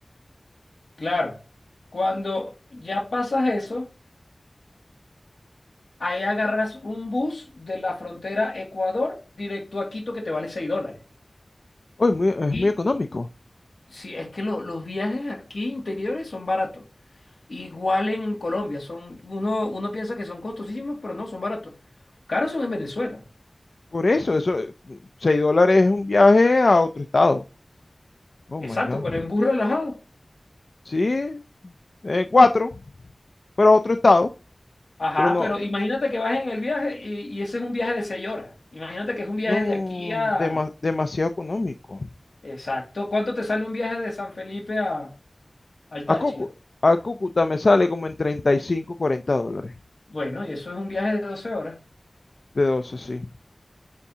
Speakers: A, on the left; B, on the left.
A: claro, cuando ya pasas eso, ahí agarras un bus de la frontera Ecuador directo a Quito que te vale 6 dólares.
B: Oh, es muy, es
A: Y
B: muy económico.
A: si es que lo- los viajes aquí interiores son baratos. Igual en Colombia, son, uno, uno piensa que son costosísimos, pero no, son baratos. Caros son en Venezuela.
B: Por eso, eso, 6 dólares es un viaje a otro estado. Oh
A: Exacto,
B: my God.
A: pero en bus relajado.
B: Sí, eh, 4, pero a otro estado.
A: Ajá,
B: Pero no,
A: pero imagínate que vas en el viaje y, y ese es un viaje de 6 horas. Imagínate que es un viaje
B: no,
A: de aquí a
B: dema- demasiado económico.
A: Exacto. ¿Cuánto te sale un viaje de San Felipe a, al Táchira?
B: A Cúcuta, a Cúcuta me sale como en 35, 40 dólares.
A: Bueno, y eso es un viaje de doce horas.
B: De 12, sí.